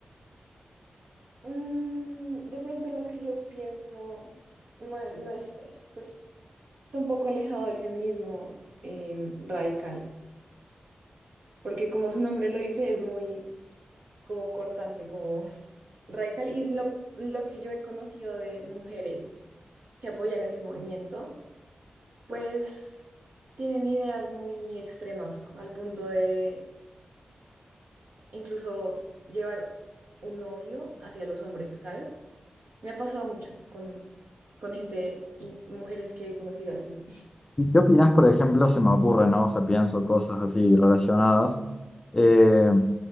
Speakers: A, on the right; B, on the left.
A: Mm, de pronto lo que yo pienso no, es, no es, eh, pues está un poco alejado del feminismo em, radical, porque como su nombre lo dice, es muy como cortante, como radical. Y lo, lo que yo he conocido de mujeres que apoyan ese movimiento, pues tienen ideas muy extremas al punto de incluso llevar un odio hacia los hombres, ¿sabes? Me ha pasado mucho con, con gente y mujeres que he conocido así.
B: ¿Y ¿Qué opinás, por ejemplo, se me ocurre, ¿no? O sea, pienso cosas así relacionadas. Eh,